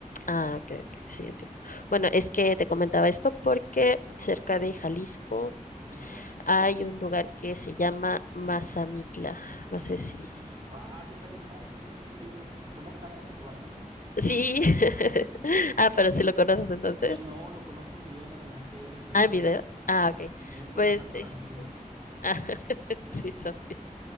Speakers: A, on the left; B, on the right.
A: Ah, ok, ok, sí, entiendo. Bueno, es que te comentaba esto porque cerca de Jalisco
B: Ujú.
A: hay un lugar que se llama Mazamitla. No sé si...
B: Ah, sí está bien padre, siempre he querido ir. Son montañas y cabañas, ¿no?
A: Sí. <laughs> Ah, pero si lo conoces entonces.
B: Ah, No, lo conozco en video nada más, si hay neblina.
A: Ah, en
B: O
A: videos.
B: sea, o sea,
A: Ah,
B: a
A: ok.
B: mí me pueden
A: Pues
B: matar con
A: es-
B: la neblina.
A: <laughs> ah, <laughs> sí, también.